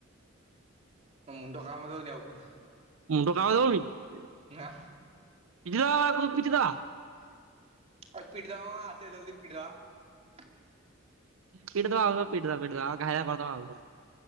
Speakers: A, on the right; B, on the right.
A: ତମ୍ ମୁଣ୍ଡ କାମ ଦଉନି ଆଉ।
B: ମୁଣ୍ଡ କାମ ଦେଉନି କି?
A: ନା!
B: <unintelligible>
A: ଅଉ ପିଟି ଦବା ଆସେ ଜଲଦି ପିଟିଦବା।
B: ପିଡିଦବା ଆଉ ପିଟିଦବା ପିଟିଦବା ଘାଇବା କରିଦବା ଆଉ।